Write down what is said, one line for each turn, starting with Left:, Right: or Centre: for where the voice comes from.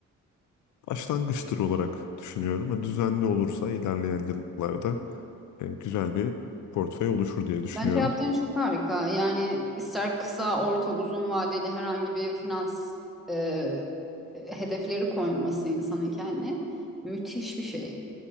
Left: e, başlangıçtır olarak düşünüyorum. Yani düzenli olursa ilerleyen yıllarda e, güzel bir portföy oluşur diye düşünüyorum.
Centre: Bence yaptığın çok harika. Yani ister kısa, orta, uzun vadeli herhangi bir finans e, e, hedefleri koyması insanın kendine müthiş bir şey.